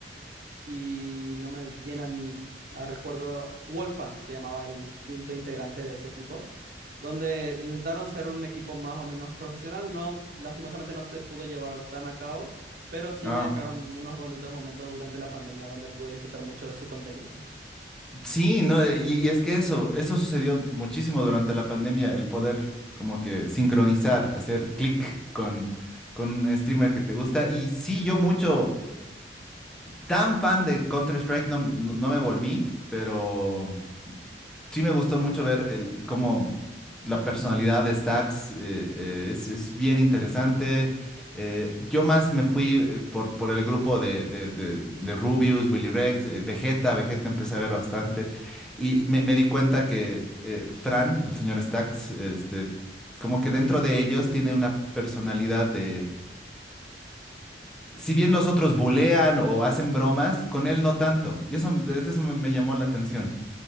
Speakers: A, on the right; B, in the centre.
A: y no me vienen a recuerdo, Wolfgang se llamaba el quinto integrante de ese equipo, donde intentaron ser un equipo más o menos profesional, no, lastimosamente no se pudo llevar tan a cabo. Pero sí
B: No.
A: me dejaron unos bonitos momentos durante la pandemia donde pude disfrutar mucho de su contenido.
B: Sí, no, eh, y, y es que eso, eso sucedió muchísimo durante la pandemia, el poder como que sincronizar, hacer clic con, con un streamer que te gusta. Y sí, yo mucho, tan fan de Counter-Strike no, no no me volví, pero Sí me gustó mucho ver el, cómo la personalidad de Stax eh, eh, es, es bien interesante. Eh, yo más me fui eh, por, por el grupo de, de, de- de Rubius, Willy Rex, eh, Vegeta. Vegeta empecé a ver bastante y me, me di cuenta que eh, Fran, el señor Stax, este, como que dentro de ellos tiene una personalidad de... Si bien los otros bulean o hacen bromas, con él no tanto. Y eso, eso me me llamó la atención.